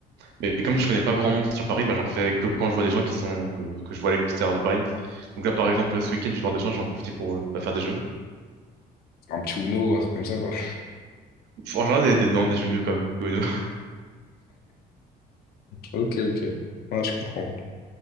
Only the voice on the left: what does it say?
un petit Uno, un truc comme ça, quoi. <laughs>
Ok, ok. Ouais, je comprends.